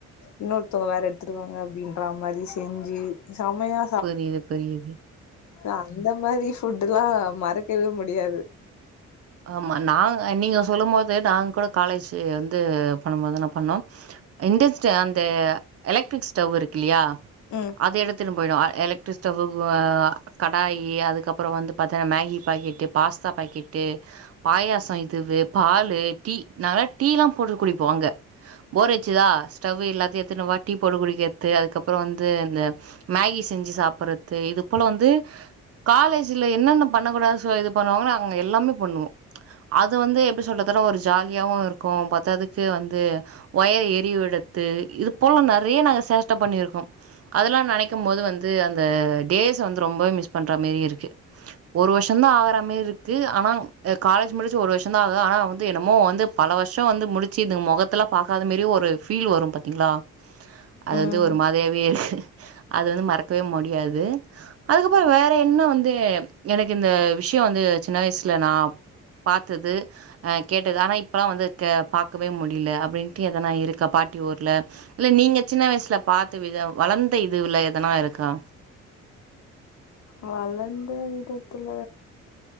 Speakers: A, on the left; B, on the right.
A: இன்னொருத்தோங்க வேற எட்த்துட்வாங்க அப்டின்ற மாரி செஞ்சு செம்மயா
B: புரிது புரிது
A: அந்த மாரி ஃபுட்டுல்லா மறக்கவே முடியாது
B: ஆமா நாங்க நீங்க சொல்லும் போது நாங்க கூட காலேஜு வந்து பண்ணம்போது தான பண்ணோ இன்டஸ்ட்டு அந்த எலக்ட்ரிக் ஸ்டவ் இருக்குல்லயா
A: ம்
B: அது எடுத்துனு போயிடுவோ எலக்ட்ரிக் ஸ்டவ்வு வா கடாயி அதுக்கப்றோ வந்து பாத்தனா மேகி பாக்கெட்டு பாஸ்தா பாக்கெட்டு பாயாசோ இதுவு பாலு டீ நாங்க டீலா போட்டு குடிப்போ அங்க போர்ரச்சுதா ஸ்டவ் எல்லாத்தையு எட்த்துனு வா டீ போட்டு குடிக்கறது அதுக்கப்றோ வந்து இந்த மேகி செஞ்சு சாப்பறது இது போல வந்து காலேஜ்ல என்னென்ன பண்ணக்கூடாது சொ இது பண்ணுவாங்ளோ நாங்க எல்லாமே பண்ணுவோ அது வந்து எப்டி சொல்றதுனா ஒரு ஜாலியாவு இருக்கு பத்தாதுக்கு வந்து ஒயர் எரிவு எடுத்து இது போல நறைய நாங்க சேட்ட பண்ணிருக்கோ அதெல்லா நனைக்கு போது வந் து அந்த டேஸ வந்து ரொம்பவே மிஸ் பண்ற மாரியே இருக்கு ஒரு வருஷந் தா ஆகுற மாரி க்கு ஆனா அ காலேஜ் முடிச்சு ஒரு வருஷோந்தா ஆகு ஆனா வந்து என்னமோ வந்து பல வருஷோ வந்து முடிச்சு இதுங்க முகத்ததலா பாக்காத மாரியு ஒரு ஃபீல் வரு‌ பாத்தீங்ளா அது
A: ம்
B: வந்து ஒரு மாதியாவே அது வந்து மறக்கவே முடியாது அதுக்கப் ப்ப வேற என்ன வந்து எனக்கு இந்த விஷயோ வந்து சின்ன வயசுல நா பாத்தது அ கேட்டது ஆனா இப்பல்லா வந்து பாக்கவே முடில அப்டின்னு ட்டி எதனா இருக்கா பாட்டி ஊர்ல இல்ல நீங்க சின்ன வயசுல பாத்த விதோ வளந்த இதுவில எதனா இருக்கா
A: வளந்த இடத்துல